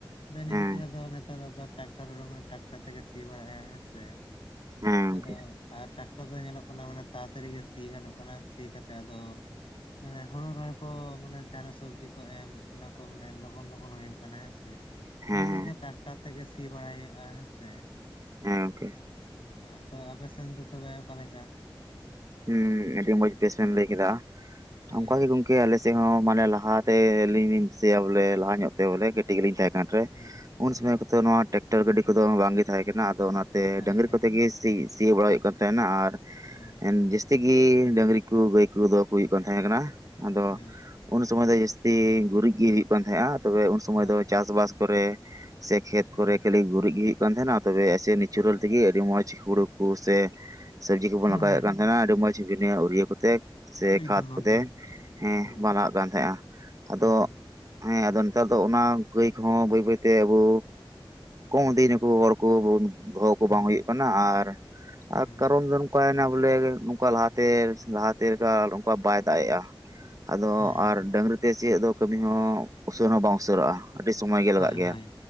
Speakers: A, on the left; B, on the right.
A: ᱟᱫᱚ ᱤᱱᱟ
B: ᱦᱮᱸ
A: ᱠᱷᱟᱛᱤᱨ ᱟᱫᱚ ᱱᱮᱛᱟᱨ ᱫᱟ ᱟᱫᱚ ᱴᱟᱠᱴᱟᱨ ᱩᱰᱩᱱᱝ ᱟᱠᱟᱱᱟ ᱴᱟᱠᱴᱟᱨ ᱛᱮᱜᱮ ᱥᱤ ᱵᱟᱨᱟ ᱮᱭᱟ ᱦᱮᱸᱥᱮ᱾
B: ᱦᱮᱸ ᱜᱚᱝᱠᱮ
A: ᱟᱫᱚ ᱟᱨ ᱴᱟᱠᱴᱟᱨ ᱫᱚ ᱧᱮᱞᱚᱜ ᱠᱟᱱᱟ ᱢᱟᱱᱮ ᱛᱟᱲᱟᱛᱟᱲᱤ ᱜᱮ ᱥᱤ ᱜᱟᱱᱚᱜ ᱠᱟᱱᱟ ᱥᱤ ᱠᱟᱛᱮᱜ ᱟᱫᱚ ᱢᱟᱱᱮ ᱦᱩᱲᱩ ᱨᱚᱦᱚᱭ ᱠᱚ ᱢᱟᱱᱮ ᱡᱟᱦᱟᱱᱟᱜ ᱥᱚᱵᱡᱤ ᱠᱚ ᱮᱢ ᱚᱱᱟ ᱠᱚ ᱢᱟᱱᱮ ᱞᱚᱜᱚᱱ ᱞᱚᱜᱚᱱ ᱦᱩᱭᱩᱜ ᱠᱟᱱᱟ ᱦᱮᱸᱥᱮ᱾ ᱤᱱᱟᱹ
B: ᱦᱮᱸ
A: ᱠᱷᱟᱛᱤᱨ
B: ᱦᱮᱸ
A: ᱫᱚ ᱴᱟᱠᱴᱟᱨ ᱛᱮᱜᱮ ᱥᱤ ᱵᱟᱲᱟᱭ ᱦᱩᱭᱩᱜᱼᱟ ᱦᱮᱸᱥᱮ᱾
B: ᱦᱮᱸ ᱜᱚᱝᱠᱮ᱾
A: ᱚ ᱛᱚ ᱟᱯᱮ ᱥᱮᱱ ᱫᱚ ᱛᱚᱵᱮ ᱚᱠᱟᱞᱮᱠᱟ?
B: ᱦᱚᱸ ᱟᱹᱰᱤ ᱢᱚᱸᱡᱽ ᱵᱮᱥ ᱮᱢ ᱞᱟᱹᱭ ᱠᱮᱫᱟ᱾
A: ᱦᱩᱸ
B: ᱚᱱᱠᱟ ᱜᱮ ᱜᱚᱝᱠᱮ ᱜᱚᱝᱠᱮ ᱟᱞᱮᱥᱮᱭ ᱦᱚᱸ ᱢᱟᱱᱮ ᱞᱟᱦᱟ ᱛᱮ ᱟᱞᱤᱧ ᱞᱤᱧ ᱫᱤᱥᱟᱹᱭᱟ ᱵᱚᱞᱮ ᱞᱟᱦᱟ ᱧᱚᱜ ᱛᱮ ᱵᱚᱞᱮ ᱠᱟᱹᱴᱤᱡ ᱜᱮᱞᱤᱧ ᱛᱟᱦᱮᱸᱠ ᱠᱟᱱ ᱨᱮ
A: ᱦᱩᱸ
B: ᱩᱱ
A: ᱦᱩᱸ
B: ᱥᱚᱢᱚᱭ ᱠᱚᱛᱮ ᱱᱚᱣᱟ ᱴᱮᱠᱴᱟᱨ ᱜᱟᱹᱰᱤ ᱠᱚᱫᱚ ᱵᱟᱝᱜᱮ ᱛᱟᱦᱮᱸ ᱠᱟᱱᱟ᱾ ᱟᱫᱚ ᱚᱱᱟ ᱛᱮ
A: ᱦᱳᱭ
B: ᱰᱟᱹᱝᱨᱤ
A: ᱦᱳᱭ
B: ᱠᱚᱛᱮ ᱜᱮ ᱥᱤ ᱥᱤᱭᱳ ᱵᱟᱲᱟ ᱦᱩᱭᱩᱜ ᱠᱟᱱ ᱛᱟᱦᱮᱱᱟ ᱟᱨ
A: ᱦᱩᱸᱻ
B: ᱡᱟᱹᱥᱛᱤ ᱜᱮ ᱰᱟᱝᱨᱤ ᱠᱚ ᱜᱟᱹᱭ ᱠᱚ ᱫᱚ ᱠᱚ ᱦᱩᱭᱩᱜ ᱠᱟᱱ ᱛᱟᱦᱮᱸ ᱠᱟᱱᱟ᱾ ᱟᱫᱚ
A: ᱦᱩᱸ
B: ᱩᱱ ᱥᱚᱢᱚᱭ ᱫᱚ ᱡᱟᱹᱥᱛᱤ ᱜᱩᱨᱤᱡ ᱜᱮ ᱦᱩᱭᱩᱜ ᱠᱟᱱ ᱛᱟᱦᱮᱸᱼᱟ᱾ ᱛᱚᱵᱮ ᱩᱱ ᱥᱚᱢᱚᱭ
A: ᱦᱳᱭ
B: ᱫᱚ ᱪᱟᱥᱼᱵᱟᱥ
A: ᱦᱳᱭ
B: ᱠᱚᱨᱮ ᱥᱮ ᱠᱷᱮᱛ
A: ᱦᱩᱸ
B: ᱠᱚᱨᱮ ᱠᱷᱟᱹᱞᱤ ᱜᱩᱨᱤᱡ ᱜᱮ ᱦᱩᱭᱩᱜ ᱠᱟᱱ ᱛᱟᱦᱮᱱᱟ ᱛᱚᱵᱮ ᱮᱥᱮ ᱱᱤᱪᱩᱨᱟᱞ
A: ᱦᱮᱸ
B: ᱛᱮᱜᱮ ᱟᱹᱰᱤ ᱢᱚᱸᱡᱽ ᱦᱩᱲᱩ᱾ ᱠᱚ ᱥᱮ ᱥᱚᱵᱽᱡᱤ ᱠᱚᱵᱚᱱ
A: ᱦᱳᱭ
B: ᱞᱟᱜᱟᱣᱮᱫ ᱠᱟᱱ ᱛᱟᱦᱮ ᱠᱟᱱᱟ ᱟᱹᱰᱤ ᱢᱚᱸᱡᱽ ᱵᱤᱱᱟ ᱟᱨᱤᱭᱟᱹ ᱠᱚᱛᱮ᱾ ᱥᱮ
A: ᱮᱠᱫᱚᱢ
B: ᱠᱷᱟᱫᱽ ᱠᱚᱛᱮ
A: ᱮᱠᱫᱚᱢ
B: ᱦᱮᱸ
A: ᱦᱩᱸ
B: ᱵᱟᱝ ᱞᱟᱜᱟ ᱠᱟᱱ ᱛᱟᱦᱮᱼᱟ ᱟᱫᱚ᱾
A: ᱦᱩᱸ
B: ᱦᱮᱸ ᱟᱫᱚ ᱱᱮᱛᱟᱨ ᱫᱚ ᱚᱱᱟ ᱜᱟᱹᱭ ᱠᱚᱦᱚᱸ ᱵᱟᱹᱭ ᱵᱟᱹᱭ ᱛᱮ ᱟᱵᱚ᱾ ᱠᱚᱢ ᱫᱤᱱ ᱠᱩ ᱦᱚᱲ ᱠᱚ ᱫᱚᱦᱚ ᱠᱚ
A: ᱦᱩᱸ
B: ᱵᱟᱝ ᱦᱩᱭᱩᱜ ᱠᱟᱱᱟ ᱟᱨ
A: ᱦᱩᱸ
B: ᱠᱟᱨᱚᱱ ᱫᱚ ᱱᱚᱝᱠᱟ ᱮᱱᱟ᱾ ᱵᱚᱞᱮ ᱱᱚᱝᱠᱟ ᱞᱟᱦᱟᱛᱮ ᱞᱟᱦᱟᱛᱮ ᱞᱮᱠᱟ ᱱᱚᱝᱠᱟ ᱵᱟᱭ ᱫᱟᱜ ᱮᱼᱟ᱾ ᱟᱫᱚ
A: ᱦᱩᱸ
B: ᱟᱨ ᱰᱟᱹᱝᱨᱤ ᱛᱮ ᱥᱤᱭᱳᱫ ᱫᱚ ᱠᱟᱹᱢᱤ ᱦᱚᱸ ᱩᱥᱟᱹᱨᱟ ᱦᱚᱸ ᱵᱟᱝ ᱩᱥᱟᱹᱨᱚᱜᱼᱟ ᱾ ᱟᱹᱰᱤ ᱥᱚᱢᱚᱭ ᱜᱮ
A: ᱦᱳᱭ
B: ᱞᱟᱜᱟᱜ ᱜᱮᱭᱟ
A: ᱦᱳᱭ